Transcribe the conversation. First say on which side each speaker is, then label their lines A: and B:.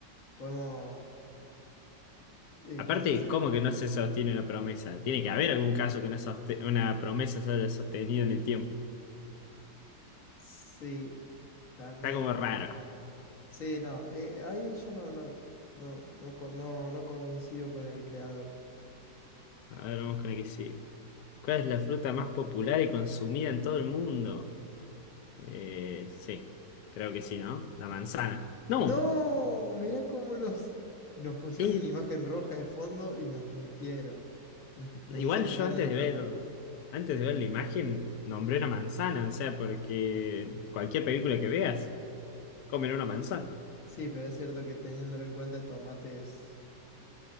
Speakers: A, on the left (about 50°); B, on the left (about 65°).
A: podemos, eh,
B: Aparte,
A: ¿cómo se dice?
B: ¿cómo que no se sostiene una promesa? Tiene que haber algún caso que una, soste- una promesa se haya sostenido en el tiempo.
A: Sí, también.
B: Está como raro.
A: Sí, no, eh, ahí yo no, no, no, no, co- no, no coincido con el creador.
B: A ver, vamos con la que sí. ¿Cuál es la fruta más popular y consumida en todo el mundo? Eh, sí, creo que sí, ¿no? La manzana. No,
A: No, mirá cómo nos, nos pusieron
B: eh,
A: una imagen roja de fondo y nos mintieron. Nos, nos
B: igual
A: hicieron
B: yo
A: caer
B: antes
A: en la trampa.
B: de ver, antes de ver la imagen, nombré una manzana, o sea, porque cualquier película que veas, comen una manzana.
A: Sí, pero es cierto que teniéndolo en cuenta el tomate es...